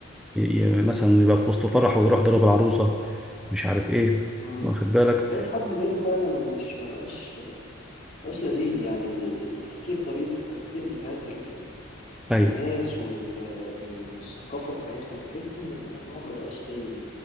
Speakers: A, in the centre; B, on the left.
A: ي... مثلا يبقى في وسط فرح ويروح ضرب العروسه مش عارف ايه
B: مم.
A: واخد بالك
B: ده في حد ذاته فعلا مش ما بقاش بقاش لذيذ يعني التفكير طريقة التفكير بتاعت ال... الناس
A: ايوه
B: وال... وال... والثقافة بتاعتهم تحس إن الموضوع ما بقاش زي